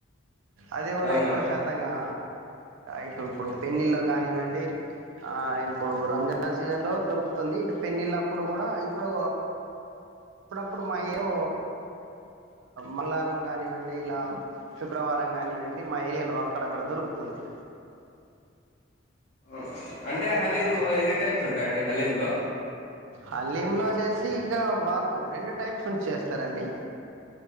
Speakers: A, on the right; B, on the left.
A: అది కూడా
B: అవునండి
A: ఎక్కువ శాతంగా ఇటు ఇప్పుడు పెండ్లిల్లో కానివ్వండి ఆ ఇప్పుడు రంజాన్ సీజన్ లో దొరుకుతుంది ఇటు పెళ్డిళ్ళప్పుడు కూడా ఇప్పుడు అప్పుడప్పుడు మాయవో మంగారం కానివ్వండి ఇలా శుక్రవారం కానివ్వండి మా ఏరియాలో అక్కడక్కడ దొరుకుతుంది
B: అవునండి అంటే హలీంలో
A: ఆ
B: ఎన్ని టైప్స్ ఉంటాయండి హలీం లో
A: హల్లీంలా వచ్చేసి ఇంక వాళ్ళు రెండు టైప్స్ ఉ చేస్తారండి